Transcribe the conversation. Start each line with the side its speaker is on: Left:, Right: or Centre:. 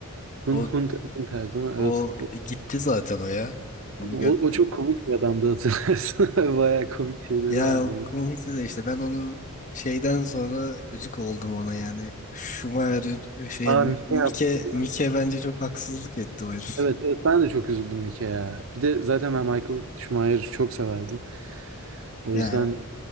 Right: Hun
Left: o,
Right: Hunter'dı mi?
Left: o
Right: Evet.
Left: gitti zaten o ya onu
Right: O, o çok komik bir adamdı hatırlarsın. <laughs> Bayağı komik şeyleri
Left: Ya
Right: vardı onun.
Left: komikti de işte ben onu şeyden sonra gıcık oldum ona yani. Schumacher'in şeye
Right: Aa
Left: Mi-
Right: Mike
Left: Mike
Right: yaptı değil
Left: Mike
Right: mi?
Left: bence çok haksızlık etti o herif.
Right: Evet evet ben de çok üzüldüm Mike'ye. Bir de zaten ben Michael Schumacher'ı çok severdim. O
Left: Ya
Right: yüzden